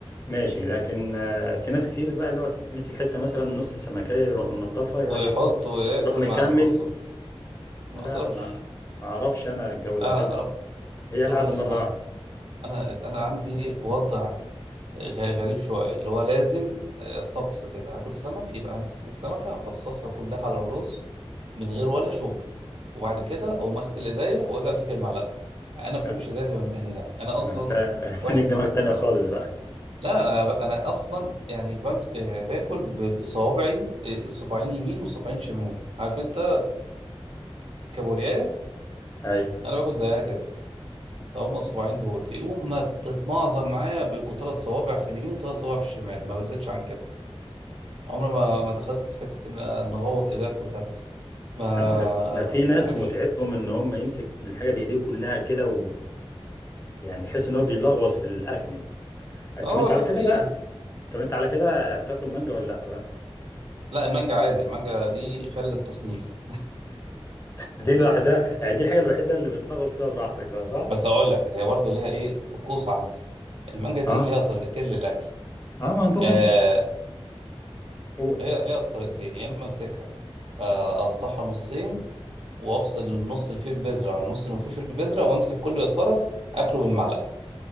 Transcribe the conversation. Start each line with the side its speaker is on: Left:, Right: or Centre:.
Left: ماشي لكن آه، في ناس كتير بقى اللي هو مسك حته مثلا نص السمكيه يروح منضفها يقعد
Right: ويحط
Left: ياكل
Right: وياكل
Left: يروح مكمل
Right: مع الرز وبتاع. ما
Left: لا
Right: اقدرش
Left: ما ما اعرفش انا الجو ده
Right: انا
Left: لازم
Right: انا
Left: هي القعده
Right: أنا بص
Left: مره
Right: انا انا انا عندي وضع غ- غريب شويه اللي هو لازم آه، طقس كده هاكل سمك يبقى همسك السمكه افصصها كلها على الرز من غير ولا شوكه وبعد كده اقوم اغسل ايديا واجي امسك المعلقه انا ما
Left: واحده
Right: بحبش ايديا تبقى مدهنه انا اصلا
Left: ما انت <laughs>
Right: واحد
Left: ليك دماغ تانية خالص بقى
Right: لا انا انا اصلا يعني بمت... آه، باكل ب- بصوابعي آه، صباعين يمين وصباعين شمال عارف انت كابورياية
Left: ايوه
Right: انا باكل زيها كده هما الصباعين دول يقوم ما بتتمعظم معايا بيبقوا ثلاث صوابع في اليمين وثلاث صوابع في الشمال ما بزيدش عن كده عمري ما ما دخلت في حته ان ان اغوط ايديا كلها ما
Left: لا ما ده في ده في ناس
Right: بحبش
Left: متعتهم ان هم يمسك بالحاجه بايديه كلها كده ويعني يحس ان هو بيلغوص في الاكل
Right: اه
Left: طب انت على
Right: لا
Left: كده
Right: في
Left: بقى طب انت على كده بتاكل مانجا ولا لا بقى
Right: لا المانجا عادي المانجا دي خارج التصنيف
Left: دي <laughs> الوحده يعني دي الحاجه الوحيده اللي بتلغوص فيها براحتك بقى
Right: <laughs>
Left: صح
Right: بس اقول لك هي برضو ليها ايه طقوس عندي المانجا دي
Left: اه
Right: ليها طريقتين للاكل
Left: اه ما انت
Right: آه
Left: كنت قول
Right: هي ليها طريقتين يا اما امسكها آه، اقطعها نصين وافصل النص اللي فيه البذره عن النص اللي ما فيهوش البذره وامسك كل طرف اكله بالمعلقه